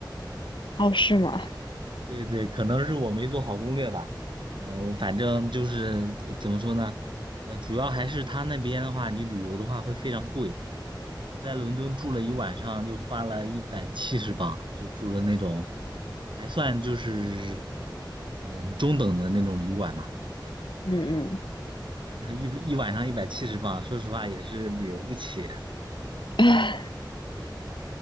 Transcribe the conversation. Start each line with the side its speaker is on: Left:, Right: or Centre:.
Left: 哦，是吗？
Right: 对对，可能是我没做好攻略吧。呃，我反正就是呃怎么说呢，呃，主要还是他那边的话，你旅游的话会非常贵。我在伦敦住了一晚上，就花了一百七十镑，就住的那种，还算就是嗯、呃中等的那种旅馆嘛。
Left: 嗯嗯，
Right: <laughs> 一一晚上一百七十镑，说实话也是旅游不起。
Left: 唉，